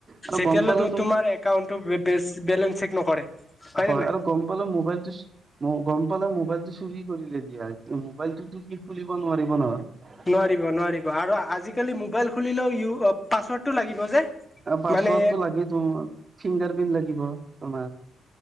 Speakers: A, on the right; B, on the left.
A: আৰু
B: তেতিয়াহ'লে
A: গম পালো
B: তোমাৰ একাউণ্টো বে, বেলেঞ্চ চেক নকৰে।
A: হয়
B: নে নাই
A: আৰু গম পালোঁ মোবাইলটো, গম পালোঁ, মোবাইলটো চুৰি কৰিলে দিয়া। মোবাইলটোতো সি খুলিব নোৱাৰিব নহয়।
B: নোৱাৰিব, নোৱাৰিব আৰু আজিকালি, মোবাইল খুলিলেও ইউ অ' পাছপৰ্ডটো লাগিব। যে
A: পাছপৰ্ডটো
B: মানে
A: লাগে তোমাৰ, ফিংগাৰ প্ৰিণ্ট লাগিব তোমাৰ।